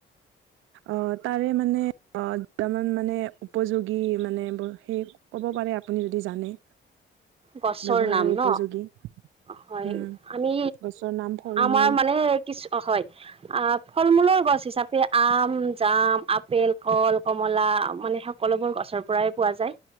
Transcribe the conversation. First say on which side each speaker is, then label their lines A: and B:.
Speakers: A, on the right; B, on the right.
A: অ তাৰে মানে অ যামান মানে উপযোগী মানে সেই ক'ব প <unintelligible> মানে আপুনি এই টো জানে
B: গছৰ
A: ব্যৱহাৰৰ
B: নাম
A: উপযোগী
B: ন হয়
A: উম
B: আমি
A: গছৰ নাম ফল
B: আমাৰ
A: মূল
B: মানে কিছু হয় আ ফল মূলৰ গছ হিচাপে আম জাম, আপেল, কল, কমলা, মানে সকলোবোৰ গছৰ পৰাই পোৱা যায়